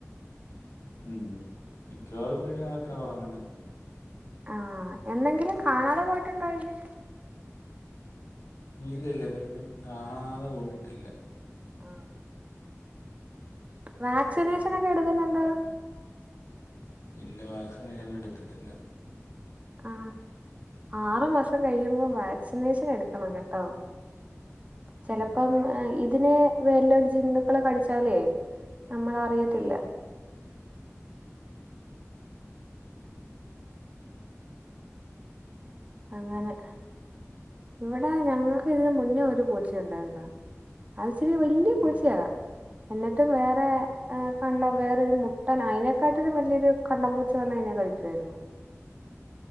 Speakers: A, on the left; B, on the right.
A: മ് മിക്കവാറും വീടിനകത്താ ഉറങ്ങ്ന്നെ
B: അ എന്നെങ്കിലും കാണാതെ പോയിട്ടുണ്ടോ അയ്നെ
A: ഇല്ല ല്ല <unintelligible> കാണാതെ പോയിട്ടില്ല
B: ആ വാക്സിനേഷൻ ഒക്കെ എടുക്കുന്നുണ്ടോ
A: ഇല്ല വാക്സിനേഷൻ എടുത്തിട്ടില്ല
B: ആ ആറു മാസം കഴിയുമ്പോം വാക്സിനേഷൻ എടുക്കണം കേട്ടോ ചെലപ്പം
A: ഉം
B: ഇതിനെ വല്ലം ജന്തുക്കള് കടിച്ചാലേ നമ്മള അറിയത്തില്ല
A: ഉം
B: അങ്ങനെ ഇവിടെ ഞങ്ങൾക്ക് ഇതിന് മുന്നേ ഒരു പൂച്ച ണ്ടായിര്ന്ന് അതിച്ചിരി വലുത- വല്ല്യ
A: ഉം
B: പൂച്ചയാ എന്നിട്ടും വേറെ കണ്ട വേറൊരു മുട്ടൻ അയിനെക്കാട്ടിലു വലിയൊരു കണ്ടമ്പൂച്ച വന്ന അയിനെ കഴി ക്കേര്ന്നു